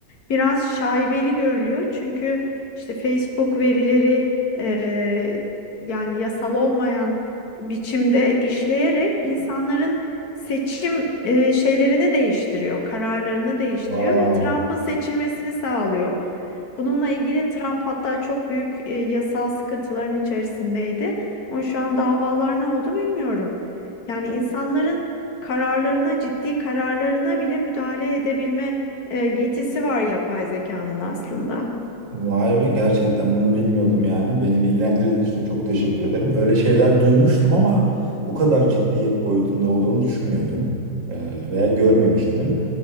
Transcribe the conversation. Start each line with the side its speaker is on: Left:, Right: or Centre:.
Left: biraz şaibeli görülüyor. Çünkü işte Facebook verileri e, yani yasal olmayan biçimde işleyerek insanların seçim e, şeylerini değiştiriyor, kararlarını değiştiriyor
Right: Wow.
Left: ve Trump'ın seçilmesini sağlıyor. Bununla ilgili Trump hatta çok büyük e, yasal sıkıntıların içerisindeydi. Ama şu an davalar ne oldu bilmiyorum. Yani insanların kararlarına, ciddi kararlarına bile müdahale edebilme e, yetisi var yapay zekanın aslında.
Right: Vay be gerçekten bunu bilmiyordum yani. Beni bilgilendirdiğin için de çok teşekkür ederim. Öyle şeyler duymuştum ama bu kadar ciddiyet boyutunda olduğunu düşünmüyordum Ee, veya görmemiştim.